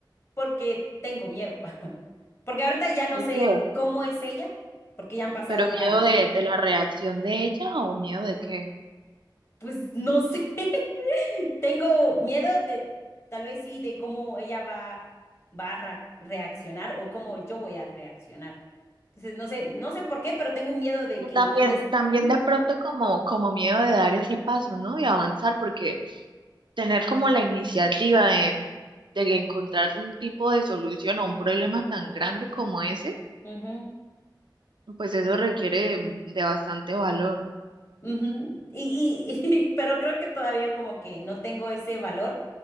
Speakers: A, on the left; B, on the right.
A: porque tengo miedo. <laughs> Porque ahorita ya no
B: ¿Por
A: sé
B: qué?
A: cómo es ella, porque ya han pasado
B: Pero miedo
A: varios
B: de,
A: años.
B: de la reacción de ella o miedo de qué.
A: Pues no sé. <laughs> Tengo miedo de tal vez sí de cómo ella va va a ra- reaccionar o cómo yo voy a reaccionar. Entonces, no sé, no sé por qué, pero tengo un miedo de
B: Y
A: que
B: también,
A: tal vez
B: también
A: Ujú,
B: de pronto como, como miedo de dar ese paso, ¿no? Y avanzar, porque tener como la iniciativa de, de encontrar un tipo de solución a un problema tan grande como ese,
A: ujú.
B: pues eso requiere de bastante valor.
A: Ujú, Y, y, <laughs> y- pero creo que todavía como que no tengo ese valor